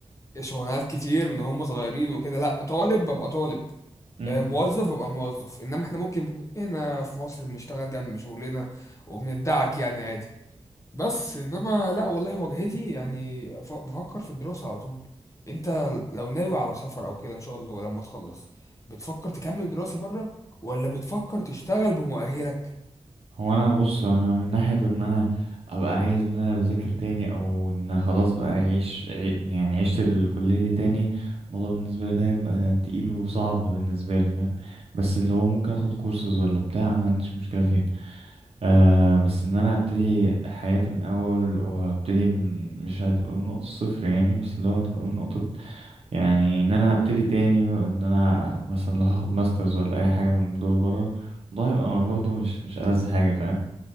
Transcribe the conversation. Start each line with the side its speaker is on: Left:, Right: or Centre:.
Left: شغلانات كتير من هم صغيرين وكده لا طالب ببقى طالب
Right: امم
Left: آه، موظف ببقى موظف انما احنا ممكن هنا في مصر بنشتغل جنب شغلنا وبندعك يعني عادي بس انما لا والله واجهتي يعني ف- بفكر في الدراسة على طول انت لو ناوي على سفر او كده ان شاء الله لما تخلص بتفكر تكمل دراسة بره ولا بتفكر تشتغل بمؤهلك
Right: هو انا بص انا من ناحيه ان انا ابقى عايز ان انا بذاكر تاني او ان خلاص بقى اعيش عي- يعني عشت الكليه دي تاني الموضوع بالنسبه لي ده هيبقى تقيل وصعب بالنسبه لي فاهم بس اللي هو ممكن اخد كورسز ولا بتاع انا ما عنديش مشكله فيها آه بس ان انا ابتدي حياتي من اول وابتدي من مش هتبقى من نقطه صفر يعني بس اللي هو هتبقى من نقطه يعني ان انا ابتدي تاني وان انا مثلا لو هاخد ماسترز ولا اي حاجه من دول بره ده هيبقى برضه مش مش ألذ حاجه فاهم